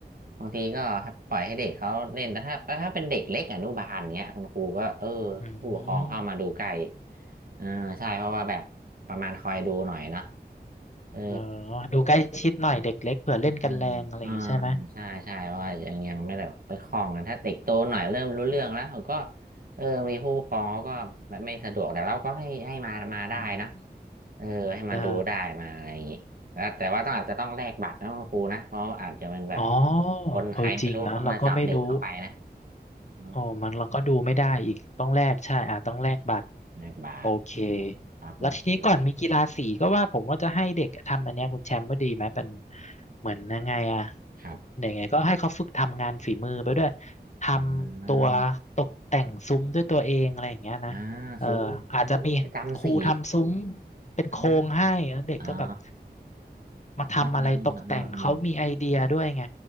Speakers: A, on the right (about 60°); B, on the left (about 45°).
A: บางทีก็ปล่อยให้เด็กเขาเล่นแต่ถ้าถ้าเป็นเด็กเล็กอนุบาลเนี้ยคุณครูก็เออ
B: อืม
A: ผู้ปกครองเข้ามาดูใกล้เออใช่เพราะว่าแบบประมาณคอยดูหน่อยเนาะเออ
B: เออดูใกล้ชิดหน่อยเด็กเล็กเผื่อเล่นกันแรงอะไรอย่างงี้ใช่ไหม
A: อืมอืมใช่ใช่ว่ายังยังไม่แบบไปคล่องกันถ้าเด็กโตหน่อยเริ่มรู้เรื่องแล้วเขาก็เออมีผู้ปกครองเขาก็แบบไม่สะดวกแต่เราก็ให้ให้มามาได้นะ
B: อืม
A: เออให้มาดูได้มาอะไรอย่างงี้แล้วแต่ว่าต้องอาจจะต้องแลกบัตรนะคุณครูนะเพราะอาจจะเป็นแบบ
B: ได้ อ๋อ
A: คนใครไม่รู้เข้ามาจับเด็กเข้าไปนะ
B: เออจริงนะเราก็ไม่รู้
A: อืม
B: โอ้มันเราก็ดูไม่ได้อีกต้องแลกใช่อ่ะต้องแลกบัตร
A: แลกบัตร
B: โอเค
A: ครับคุณครู
B: แล้วทีนี้ก่อนมีกีฬาสีก็ว่าผมว่าจะให้เด็กทำอันเนี้ยคุณแชมป์ว่าดีไหมเป็นเหมือนยังไงอะ
A: ครับ
B: ยังไงก็ให้เขาฝึกทำงานฝีมือไปด้วย ทำตัว
A: อ่า
B: ตกแต่งซุ้มด้วยตัวเองอะไรอย่างเงี้ยนะเอออาจจะมีครูทำซุ้ม
A: อ่าซุ้มซุ้มประจำสี
B: เป็นโครงให้แล้วเด็กก็แบบ
A: อ่าอ๋อ
B: มาทำอะไรตกแต่งเขามีไอเดียด้วยไง
A: อ่าอ่าอ่า